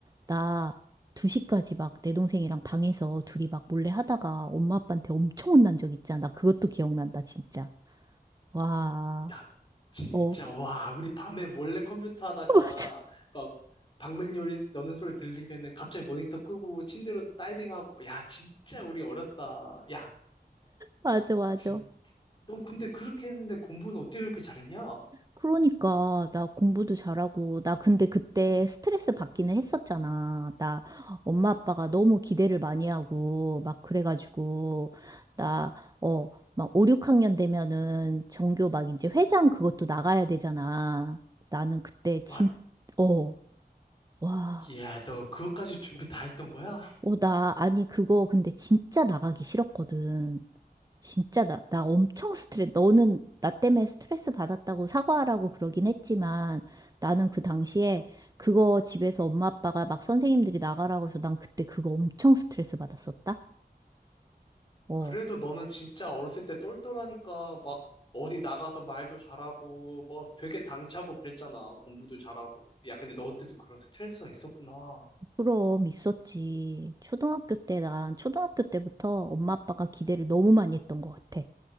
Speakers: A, on the right (about 20°); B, on the left (about 30°).
A: 나 2시까지 막 내 동생이랑 방에서 둘이 막 몰래 하다가 엄마 아빠한테 엄청 혼난 적 있잖아. 나 그것도 기억난다, 진짜. 와,
B: 야, 진짜,
A: 어,
B: 와, 우리 밤에 몰래 컴퓨터 하다가
A: <laughs> 맞아,
B: 막 방문 요리 넣는 소리 들리면은 갑자기 모니터 끄고 침대로 다이빙하고. 야, 진짜 우리 어렸다. 야,
A: 맞아, 맞아.
B: 진, 넌 근데 그렇게 했는데 공부는 어떻게 그렇게 잘했냐?
A: 그러니까 나 공부도 잘하고 나 근데 그때 스트레스 받기는 했었잖아. 나 엄마 아빠가 너무 기대를 많이 하고 막 그래가지고 나 어 막 5, 6학년 되면은 전교 막 이제 회장 그것도 나가야 되잖아. 나는 그때 진
B: 와,
A: 어, 와,
B: 야 너 그것까지 준비 다 했던 거야?
A: 어, 나 아니 그거 근데 진짜 나가기 싫었거든. 진짜 나, 나 엄청 스트레스, 너는 나 때문에 스트레스 받았다고 사과하라고 그러긴 했지만 나는 그 당시에 그거 집에서 엄마 아빠가 막 선생님들이 나가라 고 해서 난 그때 그거 엄청 스트레스 받았었다? 어,
B: 그래도 너는 진짜 어렸을 때 똘똘하니까 막 어디 나가서 말도 잘하고 뭐 되게 당차고 그랬잖아. 공부도 잘하고. 야, 근데 너한테도 그런 스트레스가 있었구나.
A: 그럼 있었지. 초등학교 때, 난 초등학교 때부터 엄마 아빠가 기대를 너무 많이 했던 것 같아.